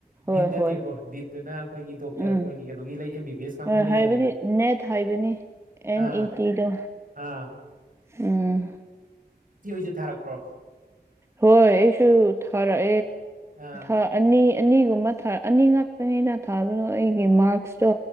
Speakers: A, on the right; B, on the right.
A: ꯍꯣꯏ
B: ꯅꯤꯠ ꯅꯠꯇꯦꯀꯣ
A: ꯍꯣꯏ
B: ꯅꯤꯠ ꯑꯗꯨꯅ ꯑꯩꯈꯣꯏꯒꯤ ꯗꯣꯛꯇꯔ
A: ꯎꯝ
B: ꯑꯩꯈꯣꯏꯒꯤ ꯀꯩꯅꯣꯒꯤ ꯂꯩ ꯑꯦꯝ ꯕꯤ ꯕꯤ ꯑꯦꯁ ꯀꯥꯡꯕꯨ
A: ꯍꯣꯏ
B: ꯂꯩꯖꯔꯦꯅ
A: ꯍꯥꯏꯕꯗꯤ ꯅꯦꯠ ꯍꯥꯏꯕꯅꯤ ꯑꯦꯟ
B: ꯑꯥ
A: ꯏ ꯇꯤꯗ
B: ꯑꯥ
A: ꯎꯝ
B: ꯏ <unintelligible>
A: ꯍꯣꯏ ꯑꯩꯁꯨ ꯊꯥꯔꯛ
B: ꯑꯥ
A: ꯑꯦ ꯑꯅꯤ ꯑꯅꯤꯒꯨꯝꯕ ꯊꯥ ꯑꯅꯤ ꯉꯛꯄꯅꯤꯅ ꯊꯥꯕꯅꯣ ꯑꯩꯒꯤ ꯃꯥꯛꯁꯇꯣ